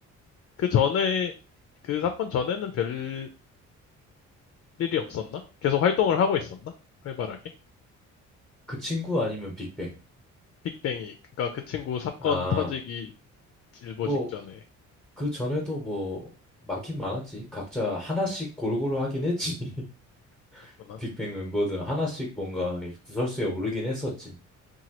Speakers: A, on the left; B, in the centre.
A: 그 전에 그 사건 전에는 별 일이 없었나? 계속 활동을 하고 있었나? 활발하게?
B: 그 친구 아니면 빅뱅.
A: 빅뱅이 그니까 그 친구 사건
B: 아,
A: 터지기 일보
B: 뭐,
A: 직전에
B: 그 전에도 뭐, 많긴 많았지. 각자 하나씩 골고루 하긴 했지. <laughs>
A: 그렇구나.
B: 빅뱅은 뭐든 하나씩 뭔가 구설수에 오르긴 했었지.